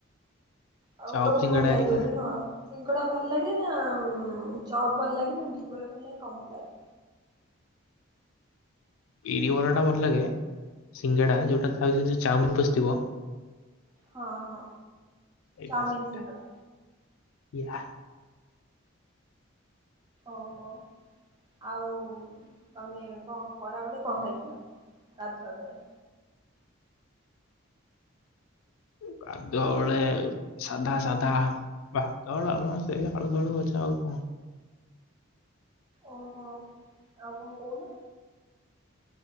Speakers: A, on the right; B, on the left.
A: ଆଉ
B: ଚପ୍
A: ତମକୁ
B: ସିଙ୍ଗଡ଼ା
A: ଭଲ ଲାଗେ
B: ହେରିକା
A: ବୋଧେ ନୁହ। ସିଙ୍ଗଡା ଭଲ ଲାଗେ ନା ଉଁ ଚପ ଭଲ ଲାଗେ ନା ବିରି ବରା ଭଲ ଲାଗେ କଣ ଭଲ ଲାଗେ?
B: ବିରି ବରାଟା ଭଲ ଲାଗେ ସିଙ୍ଗେଡା ଯୋଉଟା ଖାଉଥିଲି ଯଉ ଚାଉମିନ ପସିଥିବ।
A: ହଁ ହଁ।
B: ଏଇଟା
A: ଚାଉମିନ
B: ସେଇଟା
A: ସିଙ୍ଗଡା
B: ୟା।
A: ଓହୋ। ଆଉ ଉଁ ତମେ କଣ ଖରାବେଳେ କଣ ଖାଇଥିଲ ଗାଧୁଆ ବେଳେ?
B: ଗାଧୁଆ ବଳେ ସାଧା ସାଧା। ଭାତ ଡାଲମା ସେଇ ଆଳୁ ଫାଳୁ ଭଜା ଆଉ କଣ।
A: ଓହୋ ଆଉ କଣ କହୁନ?